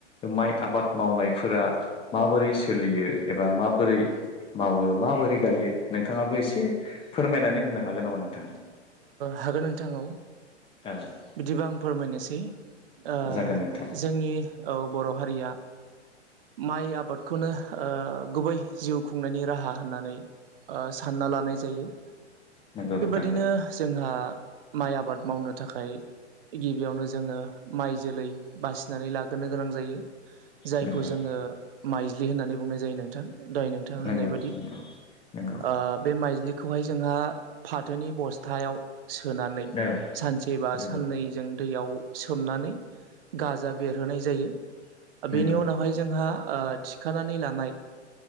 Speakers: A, on the left; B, on the right.
A: माइ आबाद मावनायफोरा माबोरै सोलियो एबा माबोरै मावो माबोरै गायो नोंथाङाबो एसे फोरमायनानै होनो हागोन नामा नोंथां
B: हागोन नोंथां औ
A: औ
B: बिदिबा आं फोरमायनोसै ओ
A: जागोन नोंथां
B: जोंनि औ बर' हारिया माइ आबाद बेखौनो ओ गुबै जिउ खुंनायनि राहा होननानै ओ सानना लानाय जायो
A: नोंगौ
B: बिदिनो जोंहा माइ आबाद मावनो थाखाय गिबियावनो जोङो माइ जोलै बासिनानै लाग्रोनो गोनां जायो जायखौ
A: नंगौ
B: जोङो माइज्लि होननानै बुंनाय जायो नोंथां दोहाय नों थाङा
A: नंगौ
B: होननाय बायदि
A: नंगौ नंगौ
B: ओ बे माइज्लिखौहाय जोंहा फाथोनि बस्थायाव सोनानै
A: औ
B: सानसे बा
A: नंगौ
B: साननै जों दैयाव सोमनानै गाजा बेरहोनाय जायो
A: नंगौ
B: बेनि उनावहाय जोंहा थि खानानै लानाय